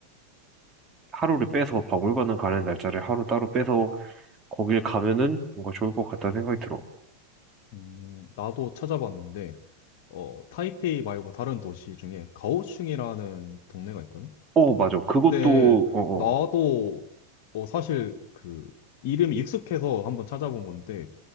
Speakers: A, on the right (about 20°); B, on the left (about 50°).
A: 하루를 빼서 박물관을 가는 날짜를 하루 따로 빼서 거길 가면은 뭔가 좋을 것 같다는 생각이 들어.
B: 음, 나도 찾아봤는데, 어, 타이페이 말고 다른 도시 중에 가오슝이라는 동네가 있거든?
A: 어, 맞아. 그것도,
B: 근데,
A: 어, 어.
B: 나도, 어, 사실 그, 이름이 익숙해서 한번 찾아본 건데,